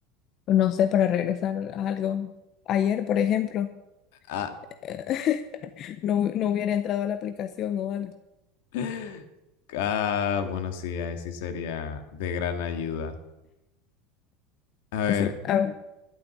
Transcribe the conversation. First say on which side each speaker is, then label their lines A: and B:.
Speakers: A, on the left; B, on the left.
A: no sé, para regresar a algo. Ayer, por ejemplo,
B: Ah,
A: <laughs> no, no hubiera entrado a la aplicación o algo.
B: <laughs> ah, bueno, sí, ahí sí sería de gran ayuda. A ver,
A: Sí, a ver.